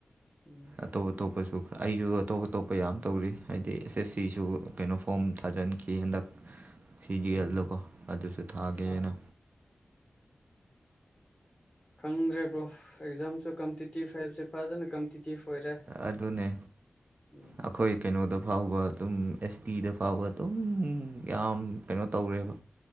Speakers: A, on the left; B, on the right.
A: ꯎꯝ
B: ꯑꯇꯣꯞ ꯑꯇꯣꯞꯄꯁꯨ ꯑꯩꯁꯨ ꯑꯇꯣꯞ ꯑꯇꯣꯞꯄ ꯌꯥꯝ ꯇꯧꯔꯤ ꯍꯥꯏꯗꯤ ꯑꯦꯁ ꯑꯦꯁ ꯁꯤꯁꯨ ꯀꯩꯅꯣ ꯐꯣꯝ ꯊꯥꯖꯤꯟꯈꯤ ꯍꯟꯗꯛ ꯁꯤ ꯖ‌ꯦꯌ‌ꯦꯜꯗꯀꯣ
A: ꯎꯝ
B: ꯑꯗꯨꯁꯨ ꯊꯥꯒꯦꯅ
A: ꯍꯣꯏ ꯈꯪꯗ꯭ꯔꯦꯕ꯭ꯔꯣ ꯑꯦꯛꯖꯥꯝꯁꯨ ꯀꯝꯄꯤꯇꯤꯇꯤꯚ ꯍꯥꯏꯕꯕꯁꯤ ꯐꯖꯅ ꯀꯝꯄꯤꯇꯤꯇꯤꯚ ꯑꯣꯏꯔꯦ
B: ꯑꯗꯨꯅꯦ
A: ꯎꯝ
B: ꯑꯩꯈꯣꯏ ꯀꯩꯅꯣꯗ ꯐꯥꯎꯕ ꯑꯗꯨꯝ ꯑꯦꯁ ꯇꯤꯗ ꯐꯥꯎꯕ ꯑꯗꯨꯝ ꯌꯥꯝ ꯀꯩꯅꯣ ꯇꯧꯔꯦꯕ